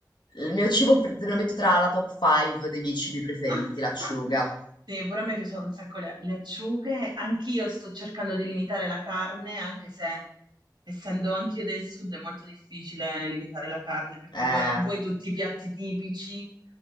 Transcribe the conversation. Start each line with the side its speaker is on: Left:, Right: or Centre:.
Left: il mio cibo, pre- te lo metto tra la top 5 dei miei cibi preferiti,
Right: <laughs>
Left: l'acciuga.
Right: Sì, pure a me piacciono un sacco le, le acciughe. Anch'io sto cercando di limitare la carne, anche se essendo anch'io del sud è molto difficile limitare la carne, perché
Left: Eh,
Right: vuoi o non vuoi tutti i piatti tipici